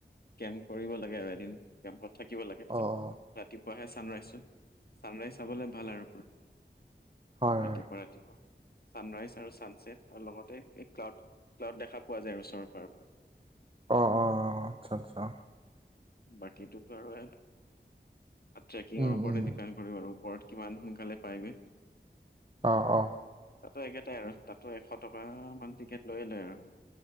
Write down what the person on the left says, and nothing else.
কেম্প কৰিব লাগে আৰু এদিন। কেম্পত থাকিব লাগে তাৰপিছত।
ৰাতিপুৱাহে চান ৰাইজচো, ছান ৰাইজ চাবলে ভাল আৰু
ৰাতিপুৱা
ৰাতি। পোৱা ছানৰাইজ আৰু চানছেট আৰু লগতে এই ক্লাউড ক্লাউড দেখা। পোৱা যায় আৰু ওচৰৰ পৰা।
বাকীটো টো আৰু এ, ট্ৰেকিঙৰ
ওপৰতে
ডিপেণ্ড কৰিব, ওপৰত কিমান সোনকালে পাইগৈ।
তাতো একেটাই আৰু তাতো এশ টকা মান টিকেট লৈ লৈ আৰু।